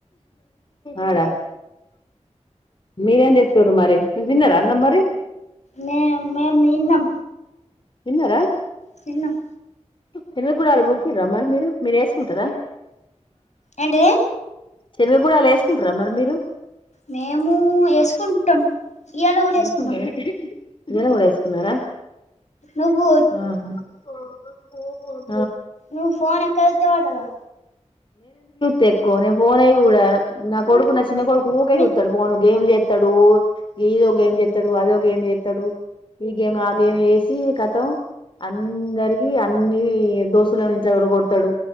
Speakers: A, on the left; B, on the left.
A: ఆడా మీరేం చెస్తారు మరి నువ్వు తిన్నార అన్నం మరి
B: మే మేమ్ తిన్నాం
A: తిన్నారా
B: తిన్నాం
A: శేనగ గుడాలు బుక్కిర్రా మీరు మీరు వేసుకుంటారా
B: ఏంటిది
A: శనగ గుడాలు వేసుకుంటారా మరి మీరు
B: మేము వేసుకుంటాం ఇయ్యాల కూడా వేసుకున్నాం
A: ఏసు కుంటారా ఇయ్యల కూడా వేసుకున్నారా
B: నువ్వు
A: ఆహా కోపన్
B: నువ్ ఫోన్ ఎక్కచూత వాటగా
A: తెకువ నేను పోనే చూడ నా కొడుకు నా చిన్న కొడుకు ఉకే
B: నే
A: చుతడు పోను గేమ్లు ఎత్తాడు గీదొ గేమ్ చేత్తడు అదో గేమ్ చేత్తడు ఈ గేమ్ ఆ గేమ్ చేసి కతం అందరికి అన్ని దోస్తులన్ ఇంట్ల చొరగొడుతాడు